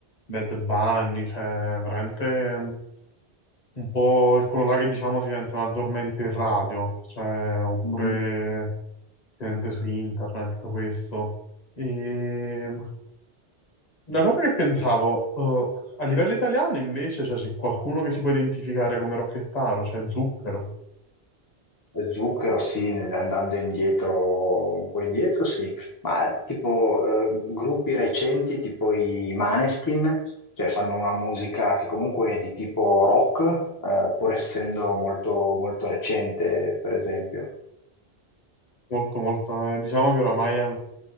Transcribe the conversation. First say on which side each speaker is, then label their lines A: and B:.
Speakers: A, on the left; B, on the left.
A: Bad Bunny, cioè veramente mh, un po' è quello là che diciamo si sente maggiormente in radio, cioè oppure
B: Mm.
A: si sente su internet questo. E Una cosa che pensavo, eh, a livello italiano invece, cioè, c'è qualcuno che si può identificare come Rocchettaro, cioè Zucchero,
B: Zucchero, sì, andando indietro, un po' indietro, sì, ma tipo eh, gruppi recenti, tipo i Maneskin, cioè fanno una musica che comunque è di tipo rock, eh, pur essendo molto, molto recente, per esempio.
A: molto, molto, eh, diciamo che oramai han-